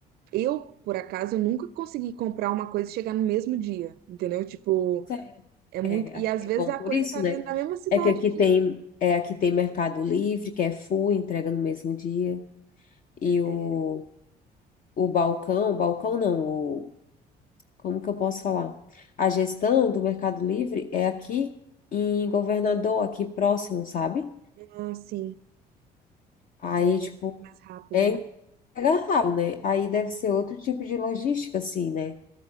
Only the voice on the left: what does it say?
sério.
É,
aqui
é
bom
por
isso,
né?
É que aqui
tem, é, aqui tem Mercado Livre, que é full, entrega no mesmo dia. E o,
o balcão, balcão não, o, como que eu posso falar? A gestão do Mercado Livre é aqui em Governador, aqui próximo, sabe?
Aí,
tipo,
é
Chega rápido, né? Aí deve ser outro tipo de logística, assim, né?